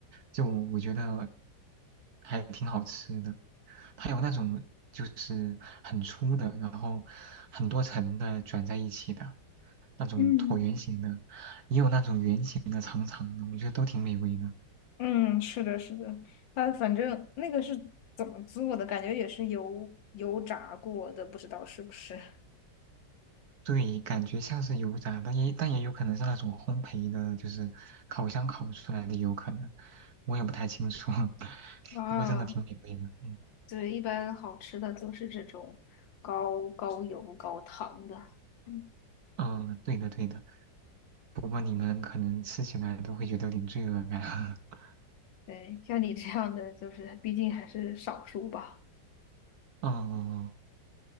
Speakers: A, on the right; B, on the left.
A: 就我觉得还挺好吃的，它有那种就是很粗的，然后很多层的卷在一起的那种椭圆形的，
B: 嗯。
A: 也有那种圆形的、长长的，我觉得都挺美味的。
B: 嗯，是的，是的，它反正那个是怎么做的，感觉也是油油炸过的，不知道是不是。
A: 对，感觉像是油炸，但也但也有可能是那种烘焙的，就是烤箱烤出来的，有可能，我也不太清楚。<laughs>
B: <laughs> 啊，
A: 不过真的挺美味的，嗯
B: 对，一般好吃的都是这种高高油高糖的。嗯，
A: 嗯，呃对的对的。不过你们可能吃起来都会觉得有点罪恶感。<laughs>
B: 对，像你这样的，就是毕竟还是少数吧。
A: 嗯，